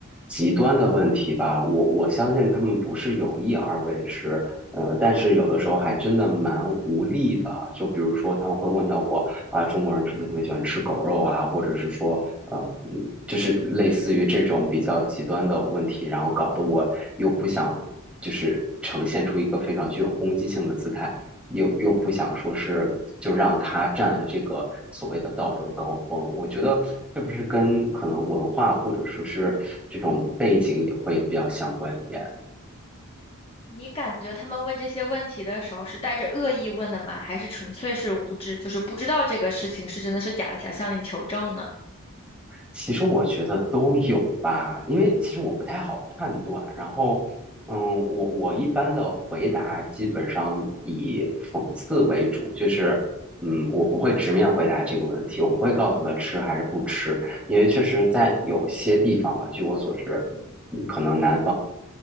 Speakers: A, in the centre; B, on the left (about 25°).
A: 极端的问题吧。我我相信他们不是有意而为之，呃，但是有的时候还真的蛮无力的。就比如说他们会问到我啊，中国人是不是特别喜欢吃狗肉啊，或者是说，呃，嗯就是类似于这种比较极端的问题，然后搞得我又不想就是呈现出一个非常具有攻击性的姿态。又又不想说是就让他占了这个所谓的道德高峰，我觉得是不是跟可能文化或者说是这种背景也会比较相关一点？
B: 你感觉他们问这些问题的时候是带着恶意问的吗？还是纯粹是无知，就是不知道这个事情是真的是假的，想向你求证呢？
A: 其实我觉得都有吧，因为其实我不太好判断。然后，嗯，我我一般的回答基本上以讽刺为主，就是嗯，我不会直面回答这个问题，我不会告诉他吃还是不吃，因为确实在有些地方吧，据我所知，嗯可能南